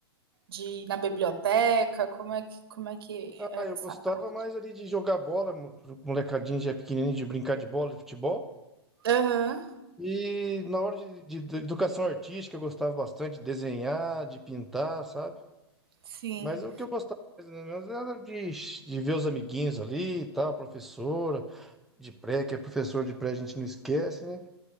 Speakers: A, on the right (about 60°); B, in the centre.
A: de ir na biblioteca? Como é que, como é que
B: Ah,
A: era
B: eu
A: essa
B: gostava
A: parte?
B: mais ali de jogar bola, mo- molecadinho já pequenininho, de brincar de bola, de futebol.
A: Aham,
B: E na hora de, de- de educação artística, eu gostava bastante de desenhar, de pintar, sabe?
A: sim.
B: Mas é o que eu gostava mais ou menos era de, de ver os amiguinhos ali e tal, a professora de pré, que é professor de pré, a gente não esquece, né?